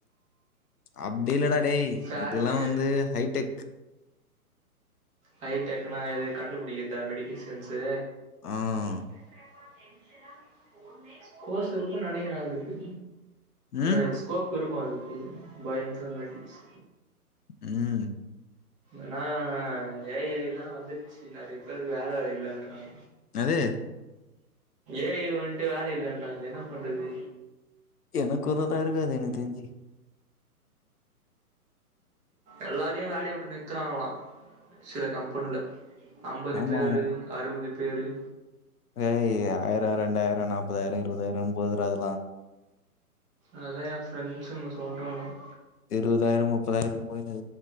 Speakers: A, on the left; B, on the right.
A: அப்டில்லடா டேய்
B: ஃபேரமே
A: இதெல்லா வந்து ஹைடெக்
B: ஹைடெக்னா எது கண்டுபுடிக்கதா மெடிகிசின்ஸு
A: ஆ
B: <unintelligible> கோர்ஸ் இருக்கு நினைக்கறா அதுக்கு
A: ம்.
B: அஸ் கோப்பு இருக்கு அதுக்கு பயோஃபமேட்டிக்ஸ்
A: ம்.
B: ஏனா ஏஐ தா வந்துச்சு நிறைய பேருக்கு வேல வேர இல்லன்றாங்க
A: அது
B: ஏஐ வன்ட்டு வேல இல்லென்றாங்க என்ன பண்றது
A: எனக்குறதா இருக்காது என தெரிஞ்சு
B: எல்லாரையு வேலய வுட்டு நிறத்துறாங்களா சில கம்பென்ல அம்பது
A: ஆமா,
B: பேரு அறுவது பேரு
A: ஏ ஐ ஆ ஆயிரோ ரெண்டாயிரோ நாப்பதாயிரோ இருவதாயிரம்னு போதுற அதெல்லா
B: அதா எ பிரெண்ட்ஸ்ங்க சொல்றானுக
A: இருவதாயிரோ முப்பதாயிரோ போது